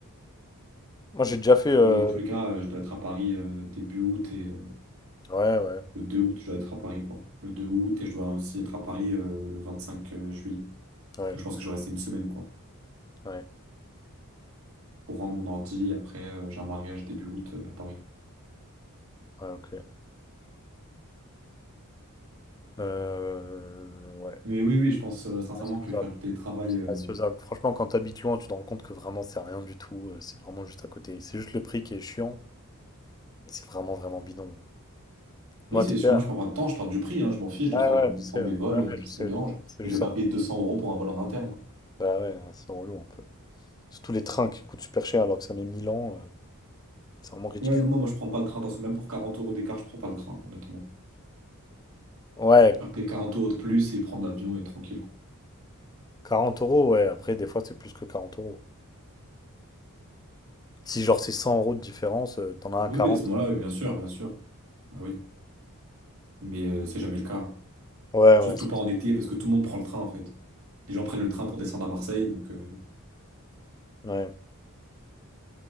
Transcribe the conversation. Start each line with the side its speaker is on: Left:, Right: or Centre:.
Left: Moi j'ai déjà fait. euh,
Right: Mais dans tous les cas, euh, je dois être à Paris euh, début août et euh,
Left: Ouais, ouais,
Right: le 2 août, je dois être à Paris, quoi. Le 2 août et je dois aussi être à Paris euh, le 25 euh, juillet.
Left: ouais,
Right: Donc, je pense que je vais rester une semaine, quoi,
Left: ouais,
Right: pour rendre mon ordi. Après, euh, j'ai un mariage début août euh, à Paris.
Left: ouais, ok. Euh, ouais,
Right: Mais oui, oui, je pense euh, sincèrement
Left: ouais, c'est faisable.
Right: que je vais faire du télétravail. euh,
Left: ouais, c'est faisable. Franchement, quand t'habites loin, tu te rends compte que vraiment, c'est rien du tout. euh, C'est vraiment juste à côté. C'est juste le prix qui est chiant. Et c'est vraiment, vraiment bidon. Moi,
Right: Oui, c'est,
Left: t'es là.
Right: moi je parle pas de temps, je parle du prix, hein, je m'en fiche de
Left: Ouais,
Right: faire
Left: ouais,
Right: de
Left: je sais.
Right: prendre
Left: euh,
Right: des vols,
Left: Ouais, ouais,
Right: euh, c'est
Left: je
Right: ça
Left: sais.
Right: qui me dérange.
Left: je sais. C'est
Right: Mais
Left: juste
Right: je vais
Left: ça.
Right: pas
Left: quoi.
Right: payer 200 euros pour un vol en interne.
Left: Bah ouais, ouais, c'est relou un peu. Surtout les trains qui coûtent super cher alors que ça met 1000 ans, euh, c'est vraiment ridicule.
Right: Ouais, non, non, moi je prends pas le train, parce que même pour quarante euros d'écart, je prends pas le train, honnêtement.
Left: Ouais,
Right: Faire payer 40 euros de plus et prendre l'avion et être tranquille, quoi.
Left: 40 euros, ouais. Après, des fois, c'est plus que 40 euros. Si genre c'est 100 euros de différence, euh, t'en as un à
Right: Oui,
Left: 40.
Right: oui, à ce moment-là, oui, bien sûr, bien sûr. Ah oui. Mais euh, c'est jamais le cas.
Left: Ouais, ouais,
Right: Surtout
Left: c'est
Right: pas en
Left: ça.
Right: été, parce que tout le monde prend le train, en fait. Les gens prennent le train pour descendre à Marseille, donc euh,
Left: Ouais,